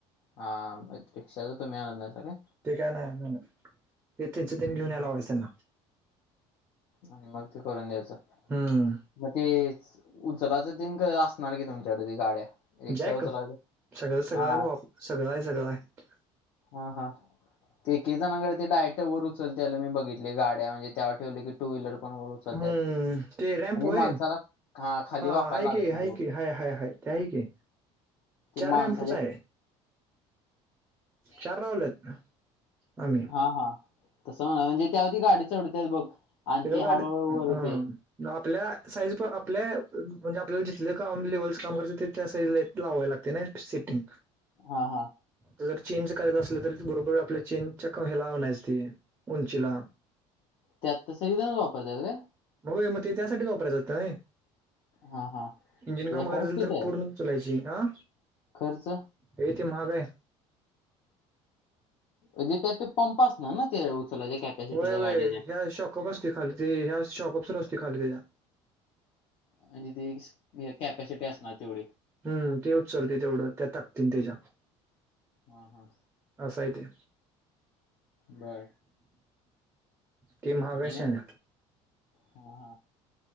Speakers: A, on the left; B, on the right.
A: हा रिक्षाच तुम्ही आणत नाही स काय
B: ते काय नाही ते तीनच तीन
A: हम्म,
B: घेऊन
A: हम्म.
B: यायला वयचंना
A: आणि मग ते करून द्यायचं
B: हम्म
A: मग ते उचलाच दिन असणार की तुमच्याकडे ते गाड्या रिक्षा
B: जॅक
A: उचलायचं
B: सगळं सगळं
A: हा
B: आहे सगळं आहे सगळं आहे
A: हा हा ते एक जणाकडे ते डायक्ट वर उचलतेला मी बघितले गाड्या म्हणजे त्याववर ठेवले की टू व्हीलर पण वर उचलतात
B: हम्म ते रॅमपो
A: म्हणजे
B: आहे
A: माणसाला खाली
B: हा
A: वाकायला
B: आहेा
A: लागत
B: कि हा
A: नाही बघ
B: कि हाय हाय हाय त्या आहे की
A: ते
B: चार
A: माणसाच्या
B: रॅम्पूच आहे चार रावलेत ना आ्ही
A: हा हा तसं म्हणा म्हणजे त्यावधी गाडी चढते बघ आणि
B: ते लोक
A: ती
B: अड
A: हळूहळू
B: हा
A: वर येते
B: आपल्या साईज पण आपल्या म्हणजे आपल्याला जिथलं काम लेवलचं काम करतं तिथल्या साईज ला य लाववाय लागते ना सेटिंग
A: हा हा
B: जर चेनच करायचं असलं तरी बरोबर आपल्या चेनच्या क हला ला नाहीचते उंचीला
A: त्यात त सग ज वापरतात काय
B: मगय मग ते त्यासाठीच वापरायचं असगतं नाही
A: हा हा
B: इंजिन
A: त्याचा
B: काम
A: खर्च
B: करायचल
A: किती
B: तर
A: आहे
B: पूर्ण चलायची अह
A: खर्च
B: य ते महागय
A: ण जे त्या ते पंप अस ना ना ते उचलायच्या कॅपॅसिटीच्या
B: होय वय
A: गाडीच्या
B: ह्या शॉकअप असते खाली ते ह्या शॉपअप सुर असते खाली त्याच्या
A: म्हणजे ती केॅपेसिटी असना तेवढ
B: हम्म ते उचलते तेवढं त्या ताकतील त्याच्या
A: हा हा
B: ह सायते
A: बर
B: तेी महागाशान
A: आणि काय हा हा